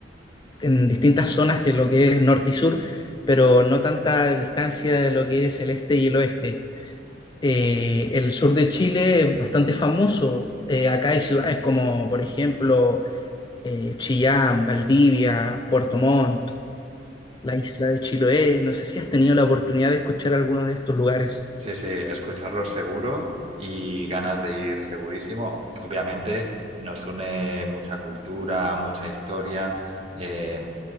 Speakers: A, on the left; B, on the right.
A: en distintas zonas que lo que es norte y sur, pero no tanta distancia de lo que es el este y el oeste. Eh, el sur de Chile es bastante famoso. Eh, acá hay ciudades como, por ejemplo, eh, Chillán, Valdivia, Puerto Montt, la isla de Chiloé. No sé si has tenido la oportunidad de escuchar alguno de estos lugares.
B: Sí, sí, escucharlo seguro y ganas de ir segurísimo. Obviamente nos une mucha cultura, mucha historia. eh,